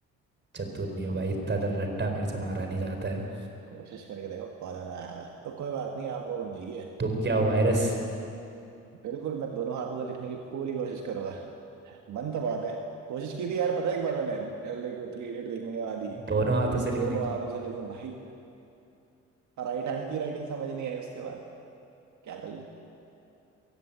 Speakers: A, on the right (about 35°); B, on the right (about 70°).
A: चतुर नहीं हो भाई इतना ज्यादा रट्टा मेरे से मारा नहीं जाता है
B: कोशिश करके देखो पता ना आएगा तो कोई बात नहीं आप वो बन जाइए
A: तुम क्या हो वायरस
B: बिल्कुल मैं दोनों हाथों से लिखने की पूरी कोशिश करूंगा मन तो बहुत है कोशिश की थी यार पता है एक बार मैंने लाइक वो थ्री इडियट देखने के बाद ही
A: दोनों हाथों
B: कि
A: से लिखने
B: दोनों
A: की
B: हाथों से लिखूं भाई राइट हैंड की राइटिंग समझ नहीं आई उसके बाद क्या कर ले